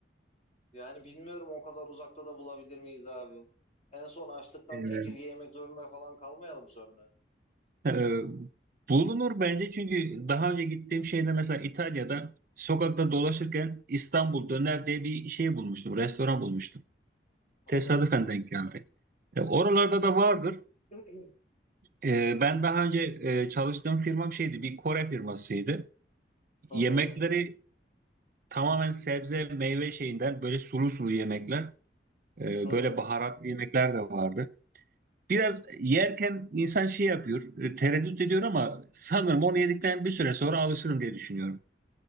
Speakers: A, on the left (about 40°); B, on the right (about 50°).
A: Yani bilmiyorum o kadar uzakta da bulabilir miyiz abi? En son açlıktan
B: Evet.
A: çekirge yemek zorunda falan kalmayalım sonra.
B: Ee, bulunur bence çünkü daha önce gittiğim şeyde mesela İtalya'da sokakta dolaşırken İstanbul döner diye bir şey bulmuştum, restoran bulmuştum.
A: Hı
B: Tesadüfen
A: hı.
B: denk geldi. E, oralarda da vardır.
A: <clears throat>
B: E, ben daha önce e, çalıştığım firmam şeydi, bir Kore firmasıydı.
A: Hı
B: Yemekleri
A: hı.
B: tamamen sebze, meyve şeyinden böyle sulu sulu yemekler, e,
A: Hı
B: böyle baharatlı yemekler de vardı. Biraz yerken insan şey yapıyor, e, tereddüt ediyor ama sanırım onu yedikten bir süre sonra alışırım diye düşünüyorum.